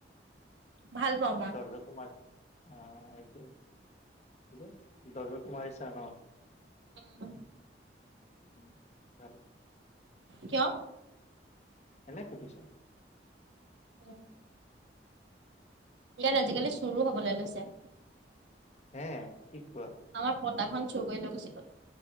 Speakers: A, on the right (about 85°); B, on the left (about 40°).
A: ভাল পাওঁ মই।
B: দৰ্জা তোমাৰ অ, এইটো দৰ্জাটো মাৰিচা ন?
A: উম।
B: উম' তাৰপিছত <unintelligible>
A: কিয়?
B: এনে সুধিছোঁ। <unintelligible>
A: অ, ইয়াত আজিকালি চুৰো হ'বলে লৈছে।
B: হে কি কোৱা?
A: আমাৰ পটা খন চোৰ কৰি লৈ গুচি গ'ল।